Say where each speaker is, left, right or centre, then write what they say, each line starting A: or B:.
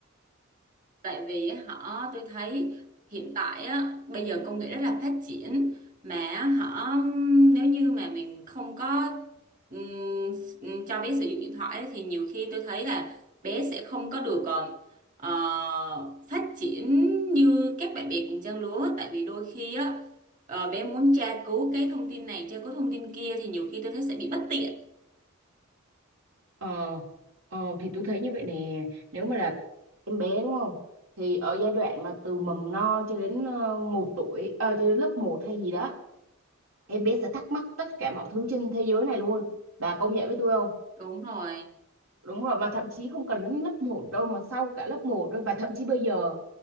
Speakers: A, on the right; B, on the right.
A: tại vì họ tôi thấy hiện tại á bây giờ công nghệ rất là phát triển mà họ nếu như mà mình không có ừm, cho bé sử dụng điện thoại ấy, thì nhiều khi tôi thấy là bé sẽ không có được ờ, ờ, phát triển như các bạn bè cùng trang lứa tại vì đôi khi á ờ, bé muốn tra cứu cái thông tin này tra cứu thông tin kia thì nhiều khi tôi thấy sẽ bị bất tiện
B: ờ, ờ thì tôi thấy như vậy nè nếu mà là em bé đúng không thì ở giai đoạn mà từ mầm non cho đến ờ, một tuổi ờ, cho đến lớp một hay gì đó em bé sẽ thắc mắc tất cả mọi thứ trên thế giới này luôn bà công nhận với tôi không
A: đúng rồi
B: đúng rồi mà thậm chí không cần đến lớp một đâu mà sau cả lớp một thôi và thậm chí bây giờ